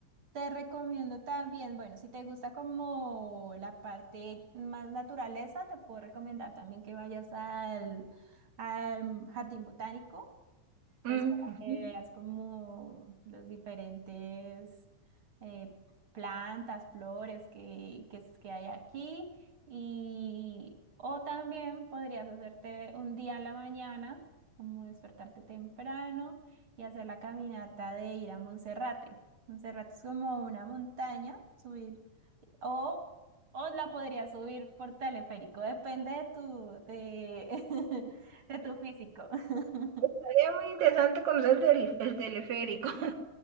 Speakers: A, on the right; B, on the right.
A: te recomiendo también, bueno, si te gusta como la parte más naturaleza, te puedo recomendar también que vayas al, al jardín botánico.
B: Mm,
A: Pues para
B: ujú.
A: que veas como los diferentes eh, plantas, flores que, que, es- que hay aquí. Y, o también podrías hacerte un día a la mañana, como despertarte temprano y hacer la caminata de ir a Monserrate. Monserrate es como una montaña, subir, o, o la podrías subir por teleférico, depende de tu, de, <laughs> de tu físico. <laughs>
B: Sería muy interesante conocer el, tele- el teleférico. <laughs>